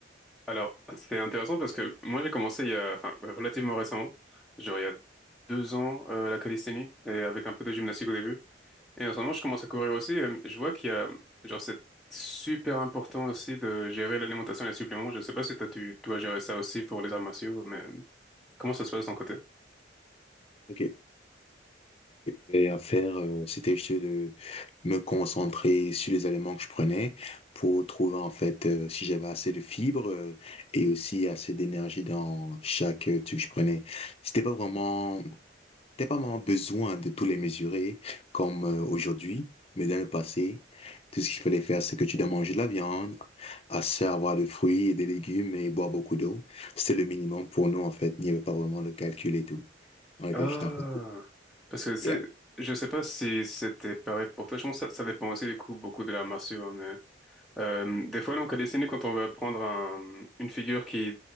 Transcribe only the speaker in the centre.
Alors, c'est intéressant parce que moi j'ai commencé il y a, enfin, relativement récemment, genre il y a deux ans, euh, la calisthénie, et avec un peu de gymnastique au début. Et en ce moment, je commence à courir aussi. et je vois qu'il y a, genre, c'est super important aussi de gérer l'alimentation et les suppléments. Je sais pas si toi, tu dois gérer ça aussi pour les arts martiaux, mais comment ça se passe de ton côté?
Ah,
parce que c'est,
je sais pas si c'était pareil pour toi. Je pense que ça, ça dépend aussi du coup beaucoup de l'art martiaux, hein, mais euh, des fois donc à dessiner quand on veut apprendre un- une figure qui